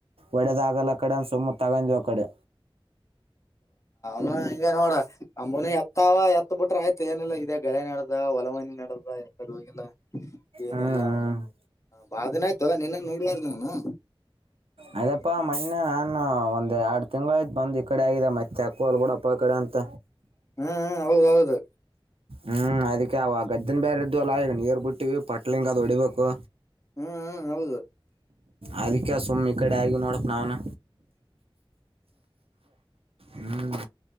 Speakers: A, on the right (about 90°); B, on the left (about 35°).
A: ಒಡೆದ ಆಾಗಲ್ಲ ಅ ಕಡೆ ಅಂದ ಸುಮ್ಮ ತಗೊಂಡವು ಆ ಕಡೆ
B: ನಾವ ಹಿಂಗಗೆ ನೋಡ ಅಂಬನ ಎತ್ತಾವ ಎ ಹ ಬಿಟ್ರ ಆಯ್ತು ಏನೆಲ್ಲ ಇದೆ ಳೆ ನಡೆದ ಹೊಲಮನಿ ನಡೆ್ದ ಎ ಕಡೆ ಹೋಗಲ್ಲ ಏನಿಲ್ಲ
A: ಹ್ಮ್
B: ಬಾಳ ದಿನ ಆಯ್ತುದ ನಿನ್ನ ನೋಡ್ಬಾರ್ದು ನಾನು
A: ಅಯದಪ್ಪಾ ಮೊನ್ನೆ ನಾನು ಒಂದ್ ಎರಡು ತಿಂಗಳಾಯತತ್ ಬಂದ್ ಈ ಕಡೆ ಆಗಿದೆ ಮತ್ತೆ ಅಕ್ಕುಲ್ ಕೂಡಪ್ಪ ಕ ಕಡೆಂತ
B: ಹ್ಮ್ ಹೌದ ಹೌದು
A: ಹ್ಮ್ ಅದಕ್ಕೆ ಅವ ಗದನ್ ಬೇಾರ ಇದ್ದು ಅಲ್ಲಾ ಈಗ ನೀರ್ ಬಿಟ್ಟಿವ ಪಟ್ಲಿಂಗ ಅದ ಹೊಡಿಬೇಕು
B: ಹ್ಮ್ ಹ್ಮ್ ಹೌದು
A: ಅದಕ್ಕೆ ಸುಮ್ಮನೆ ಈ ಕಡೆ ಆಗ ನೋಡಪ್ಪ ನಾವ್ನ ಹ್ಮ್